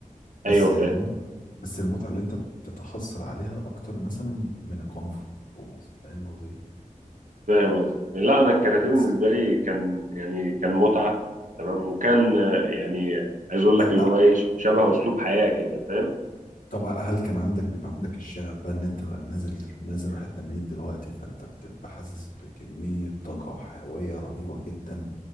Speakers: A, on the left; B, on the right.
A: بس
B: ايوه
A: المتعه
B: فاهم
A: بس المتعه اللي انت بتتحصل عليها اكتر مثلا من الكونغ فو مثلا فاهم قصدي؟
B: فاهم قصدي لا انا الكاراتيه بالنسبه
A: بس
B: لي كان يعني كان متعه تمام وكان آه، يعني عايز اقول لك
A: آه،
B: اللي هو ايه شبه اسلوب حياه كده فاهم
A: طب هل كان عندك بيبقى عندك الشغف بقى ان انت نازل نازل رايح التمرين دلوقتي فانت بتبقى حاسس بكمية طاقة وحيوية رهيبة جدا